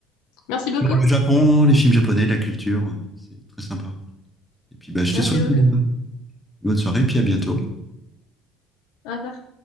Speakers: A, on the left; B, in the centre.
A: Merci
B: sur
A: beaucoup.
B: le Japon, les films japonais, la culture. euh, C'est très sympa. Et puis, bah, je
A: Merci
B: te souhaite
A: beaucoup.
B: une bonne soirée, puis à bientôt.
A: Au revoir.